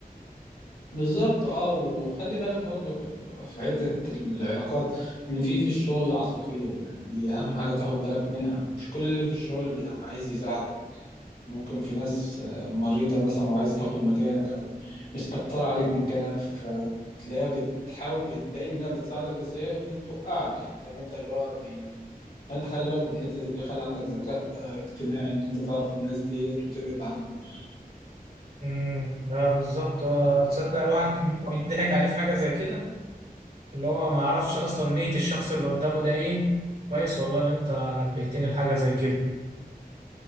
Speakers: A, on the left; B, on the right.
A: بالظبط اه وخلي بالك برضو ح- في حتة العلاقات ان في في الشغل عصافير يعني دي اهم حاجة تاخد بالك منها مش كل اللي في الشغل بي- عايز يساعدك ممكن في ناس آه، مريضة مثلا وعايزة تاخد مكانك أو مستكترة عليك مكانك فتلاقيها بتحاول بتبين إنها بتساعدك بس هي بتوقعك يعني فاهم أنت اللي هو بي... فأنت خلي بالك من الحتة دي خلي عندك ذكاء آه، اجتماعي إن أنت تعرف الناس ديت وتبعد عنهم يعني
B: امم لا بالظبط آه، تصدق الواحد كان ممكن يضحك عليه في حاجة زي كده اللي هو ما يعرفش أصلا نية الشخص اللي قدامه ده إيه كويس والله اللي أنت نبهتني لحاجة زي كده